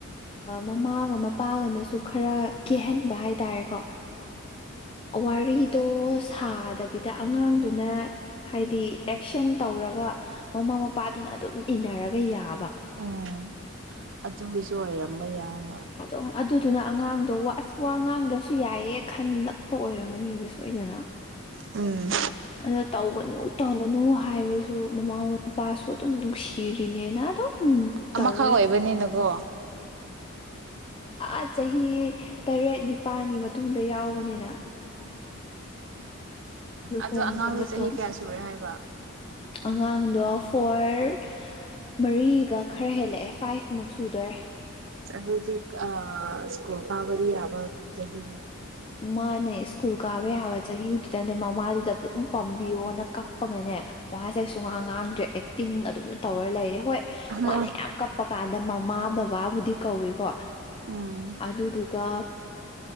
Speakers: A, on the left (about 25°); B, on the right (about 55°).
A: ꯃꯃꯥꯒ ꯃꯄꯥꯒꯅꯁꯨ ꯈꯔ ꯀꯦꯍꯟꯕ ꯍꯥꯏꯇꯥꯔꯦꯀꯣ ꯋꯥꯔꯤꯗꯣ ꯁꯥꯗꯕꯤꯗ ꯑꯉꯥꯡꯗꯨꯅ ꯍꯥꯏꯗꯤ ꯑꯦꯛꯁꯟ ꯇꯧꯔꯒ ꯃꯃꯥ ꯃꯄꯥꯗꯨꯅ ꯑꯗꯨꯝ ꯏꯟꯅꯔꯒ ꯌꯥꯕ
B: ꯎꯝ ꯑꯗꯨꯒꯤꯁꯨ ꯑꯣꯏꯔꯝꯕ ꯌꯥꯏ
A: ꯑꯗꯨꯝ ꯑꯗꯨꯗꯨꯅ ꯑꯉꯥꯡꯗꯣ ꯑꯁ ꯋꯥ ꯉꯥꯡꯗ꯭ꯔꯁꯨ ꯌꯥꯏ ꯑꯦ ꯈꯟꯂꯛꯄ ꯑꯣꯏꯔꯝꯒꯅꯦꯕ ꯁꯣꯏꯗꯅ
B: ꯎꯝ
A: ꯑꯗꯨꯅ ꯇꯧꯒꯅꯨ ꯇꯧꯒꯅꯨ ꯍꯥꯏꯕꯁꯨ ꯃꯃꯥ ꯃꯄꯥꯁꯨ ꯑꯗꯨꯝ ꯅꯨꯡꯁꯤꯔꯤꯅꯦꯅ ꯑꯗꯨꯝ
B: ꯑꯃꯈꯛ
A: ꯇꯧꯋꯦ
B: ꯑꯣꯏꯕꯅꯤꯅꯀꯣ
A: ꯑ ꯆꯍꯤ ꯇꯔꯦꯠ ꯅꯤꯄꯥꯜꯒꯤ ꯃꯇꯨꯡꯗ ꯌꯥꯎꯕꯅꯤꯅ ꯂꯨꯍꯣꯡꯉꯕ
B: ꯑꯗꯣ ꯑꯉꯥꯡꯗꯣ
A: ꯃꯇꯨꯡ
B: ꯆꯍꯤ ꯀꯌꯥ ꯁꯨꯔꯦ ꯍꯥꯏꯕ
A: ꯑꯉꯥꯡꯗꯣ ꯐꯣꯔ ꯃꯔꯤꯒ ꯈꯔ ꯍꯦꯜꯂꯛꯑꯦ ꯐꯥꯏꯚꯃꯨꯛ ꯁꯨꯗꯔꯦ
B: ꯀꯗꯤ ꯁꯀꯣꯄꯥꯕ ꯌꯥꯕ ꯆꯍꯤ
A: ꯃꯥꯅꯦ ꯁ꯭ꯀꯨꯜ ꯀꯥꯕ ꯌꯥꯕ ꯆꯍꯤꯗꯨꯗꯅꯦ ꯃꯃꯥꯗꯨꯗ ꯑꯗꯨꯝ ꯄꯥꯝꯕꯤꯌꯣꯅ ꯀꯞꯄꯒꯅꯦ ꯃꯥꯥꯁꯦ ꯁꯨꯡꯉꯥꯡ ꯉꯥꯡꯗ꯭ꯔꯦ ꯑꯦꯛꯇꯤꯡ ꯑꯗꯨꯝ ꯇꯧꯔ ꯂꯩꯔꯦ ꯍꯣꯏ
B: ꯍꯣꯏ
A: ꯃꯥꯅ ꯌꯥꯝ ꯀꯞꯄ ꯀꯥꯟꯗ ꯃꯃꯥꯕ ꯕꯕꯥꯕꯨꯗꯤ ꯀꯧꯏꯀꯣ
B: ꯎꯝ
A: ꯑꯗꯨꯗꯨꯒ